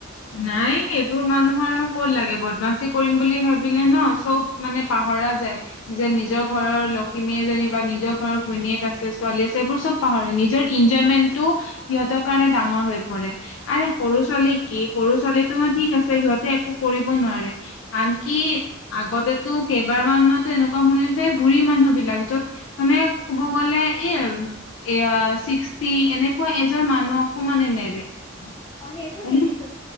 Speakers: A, on the left; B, on the left.
A: নাই সেইবোৰ মানুহৰনো ক'ত লাগিব, বদমাচি কৰিম বুলি ভাবিলে ন' চব <unintelligible> মানে পাহৰা যায় <unintelligible> যে নিজৰ ঘৰৰ লখিমী এজনী বা নিজৰ ঘৰৰ ঘৈণীয়েক আছে, ছোৱালী আছে এইবোৰ চব <unintelligible> পাহৰে নিজৰ এনজয়মেন্টটো সিহঁতৰ কাৰণে ডাঙৰ হৈ পৰে। আৰে সৰু ছোৱালীক <unintelligible> কি সৰু ছোৱালী তোমাৰ ঠিক আছে সিহঁতে একো কৰিব নোৱাৰে। <unintelligible> আনকি আগতেতো কেইবাৰ মান মইটো এনেকুৱা শুনিছোঁ বুঢ়ী মানুহ বিলাক য'ত <unintelligible> মানে ক'ব গ'লে এয়াই আৰু <unintelligible> এয়া ছিক্সটি এনেকুৱা এজৰ মানুহকো মানে নেৰে। <unintelligible>
B: অঁ সেইটো
A: মানে
B: দেখিছো,